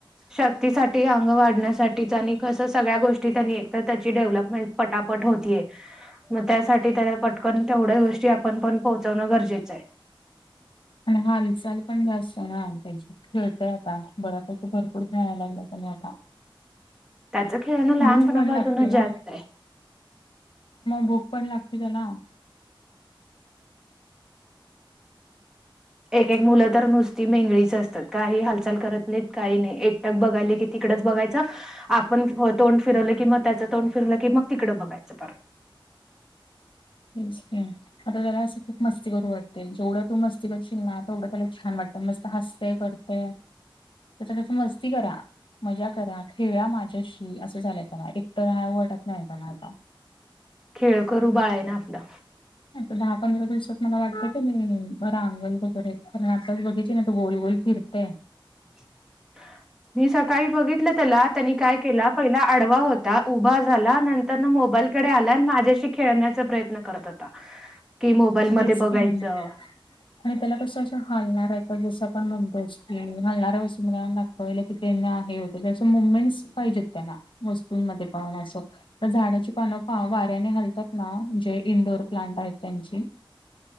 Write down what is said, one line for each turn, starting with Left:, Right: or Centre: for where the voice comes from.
Centre: शक्तीसाठी अंग वाढण्यासाठीच आणि कस सगळ्या गोष्टी त्यांनी एकतर त्याची डेव्हलपमेंट पटापट होतीये. मग त्यासाठी त्याला पटकन तेवढ्या गोष्टी आपण पण पोहोचवणं गरजेचं आहे.
Left: आणि हालचाल पण जास्त हाची. खेळतय आता बऱ्यापैकी भरपूर खेळायला लागला त्या आता.
Centre: त्याच खेळ ना लहानपणापासूनच
Left: भूक पण लागते
Centre: जास्त
Left: ना
Centre: आहे.
Left: भूक पण लागते त्याला.
Centre: एक एक मुलं तर नुसती मेंगळीच असतात काही हालचाल करत नाहीत काही नाही एकटक बघायले की, तिकडच बघायचं आपण तोंड फिरवलं की मग त्याचं तोंड फिरवलं की मग तिकडं बघायचं परत.
Left: तच. आता त्याला असं खूप मस्ती करू वाटते जेवढं तू मस्ती कर शिकला तेवढं त्याला छान वाटतं मस्त हसते कर त्या त्याच मस्ती करा मज्या करा खेळा माझ्याशी असं झालंय त्याला एकटर हा वाटत नाही त्याला आता
Centre: खेळ करू बाळा आहे ना आपलं
Left: आता दहा पंधरा दिवसात मला वाटते क मी रांगल वगैरे करण आताच बघितचे ना तर गोल गोल. फिरते
Centre: <unintelligible> मी सकाळी बघितलं त्याला त्यांनी काय केला पहिला आडवा होता उभा झाला नंतर तरन मग माझ्याकडं आला आणि माझ्याशी खेळण्याचा प्रयत्न करत होता की बाईलमध्ये
Left: तेच
Centre: बघायचं
Left: की आणि त्याला कसं असं हलणार आहेत जसं आपण मुडोस्तील हलणाऱ्या व मुात कलं की त्यांना हे होतं क असं मुवमेंट्स पाहिजेत हो त्यांना वस्तूंमध्ये प असं तर झाडाची पानपा वाऱ्याने हालतात ना जे इंडोअर प्लांट आहेत त्यांची